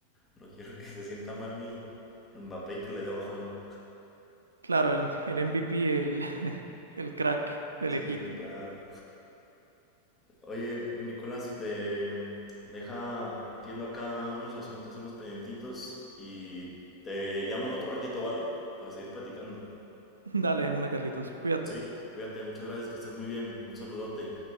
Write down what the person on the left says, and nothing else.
no quiero que se sienta mal mi Mbappé y que le dé bajón.
Sí,
claro. Oye, mi Nicolás, de, deja, atiendo acá unos asuntos, unos pendientitos y te llamo en otro ratito, ¿vale? Para seguir platicando.
Sí, cuídate, muchas gracias, que estés muy bien. Un saludote.